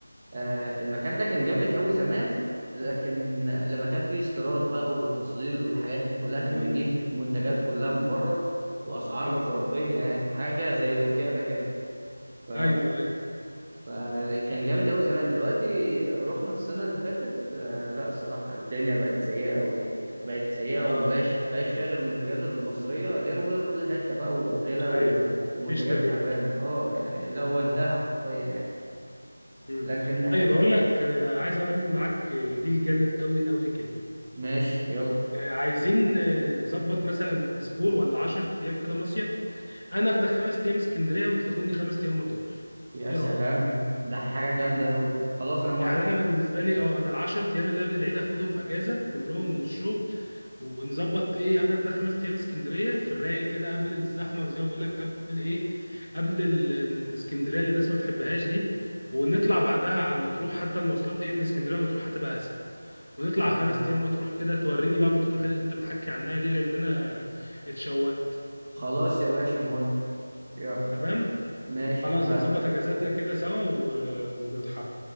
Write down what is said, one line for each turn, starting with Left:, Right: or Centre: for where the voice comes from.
Right: آه المكان ده كان جامد قوي زمان لكن لما كان فيه استيراد بقى وتصدير والحاجات دي كلها كان
Left: مم.
Right: بيجيب منتجات كلها من بره واسعار
Left: اه
Right: خرافيه يعني حاجه زي الوكاله
Left: مم.
Right: كده ف
Left: ايوه ايوه
Right: فكان جامد أوي زمان دلوقتي رحنا السنة اللي فاتت آه، لا الصراحة الدنيا بقت سيئة أوي بقت سيئة
Left: اه
Right: وما بقاش بقاش فيها غير المنتجات المصرية اللي هي موجودة في كل حتة بقى وغلا
Left: ايوه
Right: و-
Left: أيوه.
Right: ومنتجات
Left: مفيش تغيير
Right: تعبانة اه يعني لا هو
Left: مم.
Right: انتهى حرفيا يعني
Left: مم.
Right: لكن
Left: طيب هقول لك آه، عايز اعمل معاك آه، ديل جامد قوي قوي كده
Right: ماشي يلا
Left: آه، عايزين آه، نظبط مثلا اسبوع ولا 10 ايام كده مصيف انا اخدك خمس ايام اسكندريه وانت تاخدني خمس ايام مطروح
Right: يا
Left: ايه
Right: سلام
Left: رايك
Right: ده حاجة جامدة أوي خلاص أنا موافق
Left: يعني انا بالنسبه لي اه انا العشر ايام اللي قبل العيد هاخدهم اجازه كلهم من الشغل ونظبط ايه انا اخد خمس ايام اسكندريه في الرايق كده قبل الزحمه وزي ما بقول لك قبل ايه قبل ال- الاسكندريه اللي الناس ما بتحبهاش دي ونطلع بعدها على مطروح حتى المواصلات ايه من اسكندريه مطروح هتبقى اسهل ونطلع
Right: خلاص
Left: خمس ايام مطروح كده توريني بقى مطروح اللي انت بتحكي عنها دي لان انا اتشوقت
Right: خلاص يا باشا موافق يلا
Left: تمام
Right: ماشي
Left: خلاص
Right: اتفقنا
Left: نظبط اجازاتنا كده سوا و... ونتحرك